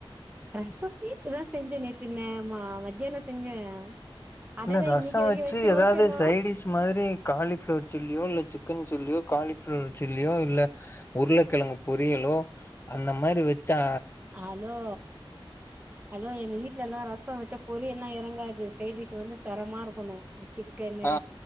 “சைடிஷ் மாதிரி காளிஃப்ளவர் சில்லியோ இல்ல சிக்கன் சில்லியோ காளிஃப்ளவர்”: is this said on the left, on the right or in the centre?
Left